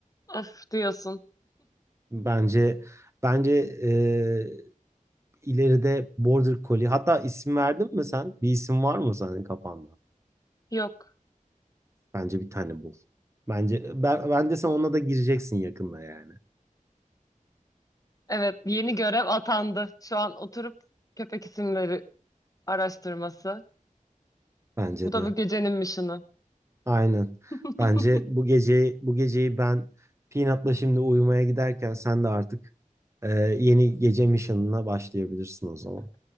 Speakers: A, on the left; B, on the right.
A: Of diyorsun.
B: Bence bence eee, ileride Border Collie hatta isim verdin mi sen? Bir isim var mı senin kafanda?
A: Yok.
B: Bence bir tane bul. Bence ben, bence sen ona da gireceksin yakında yani.
A: Evet, yeni görev atandı. Şu an oturup köpek isimleri araştırması.
B: Bence
A: Bu da
B: de.
A: bu gecenin mission'ı.
B: Aynen.
A: <laughs>
B: Bence bu geceyi bu geceyi ben Peanut'la şimdi uyumaya giderken sen de artık Ee, yeni gece mission'ına başlayabilirsin o zaman.